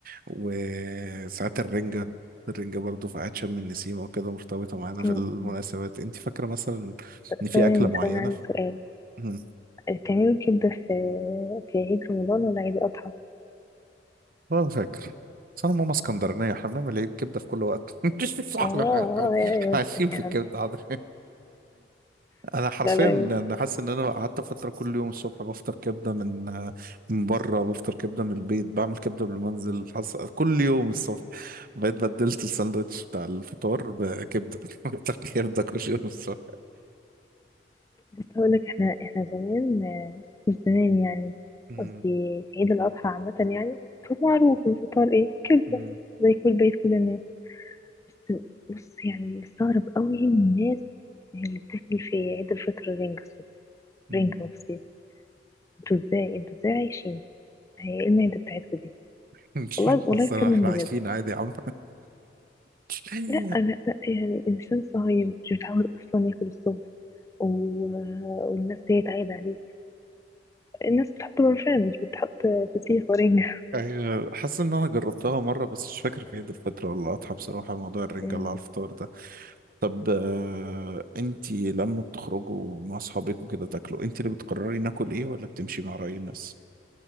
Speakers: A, on the right (about 55°); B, on the left (about 20°).
A: وساعات الرنجه الرنجة برضه في عيد شم النسيم وكده مرتبطة معانا في
B: م-
A: المناسبات
B: م.
A: انت فاكرة مثلا
B: بس
A: ان في
B: أنا
A: أكلة
B: يعني
A: معينة؟
B: بس أنا عندي سؤال
A: مم.
B: بتعملوا كبدة في في عيد رمضان ولا عيد الأضحى؟
A: اه فاكر بس انا ماما اسكندرانيه احنا بنعمل ايه كبده في كل وقت <laughs> احنا
B: آه آه، يا
A: إحنا
B: يا بختك
A: عايشين في
B: يا
A: الكبده
B: عم
A: حاضر انا حرفيا
B: لا لا
A: انا
B: يا بختك
A: حاسس ان انا قعدت فتره كل يوم الصبح بفطر كبده من من بره بفطر كبده من البيت بعمل كبده بالمنزل حاسس كل يوم الصبح بقيت بدلت الساندوتش بتاع الفطار بكبده <laughs> بفطر كبده كل يوم الصبح
B: بس هقول لك احنا احنا زمان آه، مش زمان يعني
A: أمم،
B: قصدي في عيد الأضحى عامة يعني كان معروف الفطار ايه كبدة
A: أمم،
B: زي كل بيت كل الناس بس بص يعني مستغرب قوي من الناس اللي بتاكل في عيد الفطر رنجة الصبح
A: أمم.
B: رنجة وفسيخ انتوا ازاي انتوا ازاي عايشين هي ايه المعدة بتاعتكوا دي
A: <laughs>
B: والله والله
A: بس
B: بتكلم
A: أنا- احنا
B: بجد
A: عايشين عادي يا عم <laughs>
B: لا لا لا يعني إنسان صهيب مش متعود أصلا ياكل الصبح و... والناس ديت عايدة عليه الناس بتحط برفان مش بتحط فسيخ ورنجة
A: أيوة، حاسس إن أنا جربتها مرة بس مش فاكر في عيد الفطر ولا الأضحى بصراحة موضوع الرنجة
B: أمم.
A: اللي على الفطار ده طب آه، أنتي لما بتخرجوا مع أصحابك وكده تاكلوا أنتي اللي بتقرري ناكل إيه ولا بتمشي مع رأي الناس؟